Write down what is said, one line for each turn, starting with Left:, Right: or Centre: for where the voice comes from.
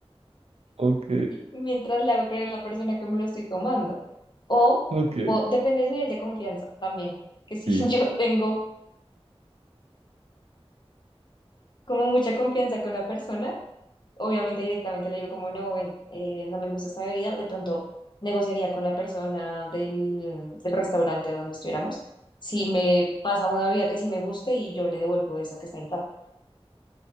Right: Ok,
Left: mientras le hago creer a la persona que me lo estoy tomando. O,
Right: ok,
Left: o depende del nivel de confianza también, que si
Right: sí,
Left: <laughs> yo tengo como mucha confianza con la persona, obviamente directamente le digo como no, ven, eh, no me gusta esta bebida, de pronto negociaría con la persona del, del restaurante donde estuviéramos. Si me pasa una bebida que sí me guste y yo le devuelvo esa que está intacta.